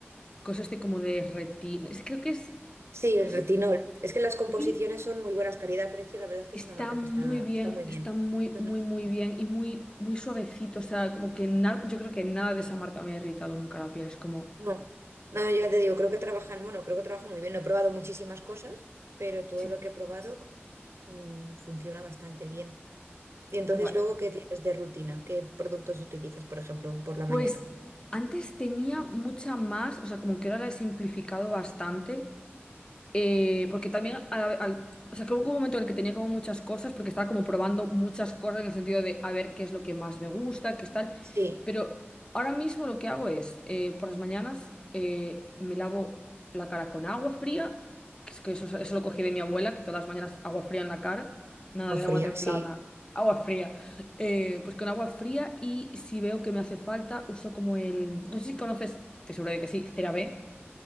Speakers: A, on the left (about 20°); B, on the right (about 80°).
A: cosas de como de retina. Es- creo que es,
B: Sí,
A: no
B: el
A: sé,
B: retinol. Es que las composiciones
A: sí,
B: son muy buenas, calidad-precio. La verdad es que
A: está
B: es una marca
A: muy
B: que está,
A: bien,
B: está muy bien.
A: está muy, muy,
B: Ujú.
A: muy bien y muy, muy suavecito. O sea, como que nada, yo creo que nada de esa marca me ha irritado nunca la piel. Es como,
B: No, no, ya te digo, creo que trabajan, bueno, creo que trabajan muy bien. No he probado muchísimas cosas, pero todo
A: sí,
B: lo que he probado mm, funciona bastante bien. Y entonces,
A: bueno.
B: luego, ¿qué tienes de rutina? ¿Qué productos utilizas, por ejemplo, por la mañana?
A: Pues antes tenía mucha más, o sea, como que ahora la he simplificado bastante. Eh, porque también, al- al- o sea, que hubo un momento en el que tenía como muchas cosas, porque estaba como probando muchas cosas en el sentido de a ver qué es lo que más me gusta, qué es tal.
B: Sí,
A: Pero ahora mismo lo que hago es, eh, por las mañanas eh, me lavo la cara con agua fría, que, es que eso, eso lo cogí de mi abuela, que todas las mañanas agua fría en la cara, nada
B: agua
A: de agua
B: fría,
A: templada,
B: sí,
A: agua fría. Eh, pues con agua fría y si veo que me hace falta, uso como el, no sé si conoces, te seguro de que sí, CeraVe.